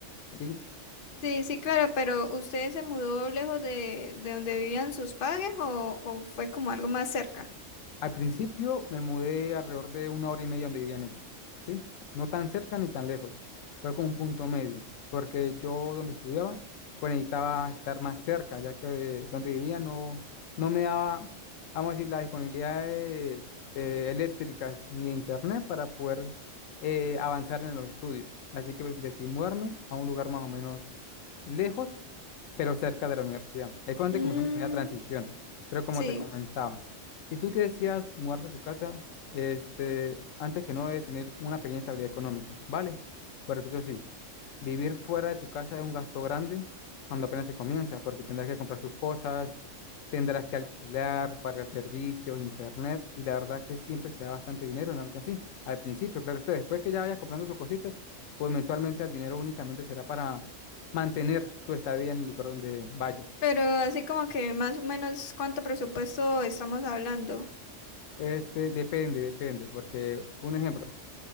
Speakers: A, on the left; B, on the left.
A: ¿sí?
B: Sí, sí, claro, pero ¿usted se mudó lejos de, de donde vivían sus padres o, o fue como algo más cerca?
A: Al principio me mudé alrededor de una hora y media donde vivían ellos, ¿sí? No tan cerca ni tan lejos. Fue como un punto medio, porque yo donde estudiaba, pues necesitaba estar más cerca, ya que de donde vivía no, no me daba, vamos a decir, las disponibilidades eh, eléctricas ni de internet para poder eh, avanzar en los estudios. Así que decidí mudarme a un lugar más o menos lejos, pero cerca de la universidad. Ahí fue donde
B: Mm,
A: comenzó mi primera transición. Pero como
B: sí.
A: te comentaba, si tú que decías mudarse a su casa, este, antes que no debe tener una pequeña estabilidad económica, ¿vale? Pero repito así, vivir fuera de su casa es un gasto grande cuando apenas se comienza, porque tendrás que comprar sus cosas, tendrás que alquilar, pagar servicios, internet, y la verdad que siempre se da bastante dinero en algo así. Al principio, claro, usted, después que ya vayas comprando sus cositas, pues mensualmente el dinero únicamente será para mantener su estadía en el lugar donde vayas.
B: Pero así como que más o menos cuánto presupuesto estamos hablando.
A: Este, depende, depende, porque un ejemplo.